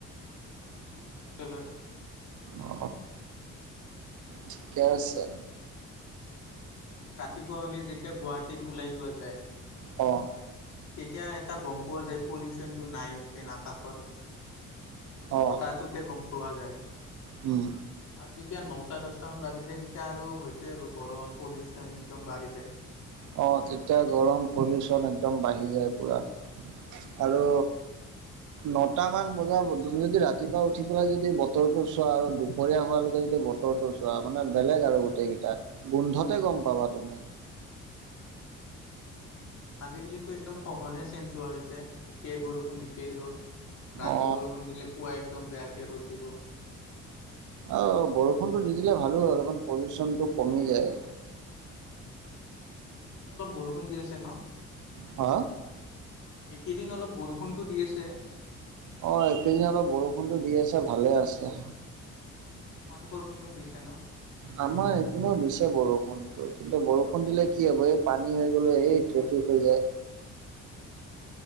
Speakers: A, on the left; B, on the right.
A: অ' শিকিম পিছলৈ।
B: অ ঠিকে আছে।
A: এনেই ৰাতিপুৱা হ'লে যেতিয়া গুৱাহাটীত ওলাই যোৱা যায়।
B: অ'
A: তেতিয়া এটা গ'ম পোৱা যায়। পলিউঅচনটো নাই যেন আকাশত
B: অ
A: বতাত তোতে গ'ম পোৱা যায়।
B: উম।
A: আৰু যেতিয়া নটা দছটামান বাজি যায় তেতিয়া আৰু হৈছে আৰু গৰম পলিউঅচন একদম বাঢ়ি যায়।
B: আহ তেতিয়া গৰম পলিউঅচন একদম বাঢ়ি যায় পোৰা।
A: ফিল
B: আৰু
A: হয় এইটো এটা
B: নটামান বজাত তুমি যদি ৰাতিপুৱা উঠি পেলাই যদি বতৰটো চোৱা আৰু দুপৰীয়া হোৱালৈকে যদি বতৰ ৰটো চোৱা মানে বেলেগ আৰু গোটেইকেইটা গোন্ধতে গ'ম
A: উম
B: পাবা তুমি।
A: উম। আজিকালিতো একদম সঘনে চেঞ্জ হোৱা হৈছে এতিয়াই বৰষুণ এতিয়া ৰ'দ ৰাতি
B: অ
A: বৰষুণ দিলে পুৱাই একদম বেয়াকে ৰ'দ দিব।
B: অ' বৰষুণটো দি দিলে ভালো হয়। অলপমান পলিউঅচনটো কমি যায়।
A: এইকেইদিন অলপ বৰষুণ দি আছে ন।
B: হা
A: এই কেইদিন অলপ বৰষুণটো দি আছে।
B: অ' এইকেইদিন অলপ বৰষুণটো দি আছে ভালে আছে।
A: অ তোমালোকৰ পিনও দিছে ন।
B: আমাৰ এইপিনেও দিছে বৰষুণটো। কিন্তু বৰষুণ দিলে কি হ'ব এই পানী হৈ গ'লে এই ট্ৰেফিক হৈ যায়।
A: অ'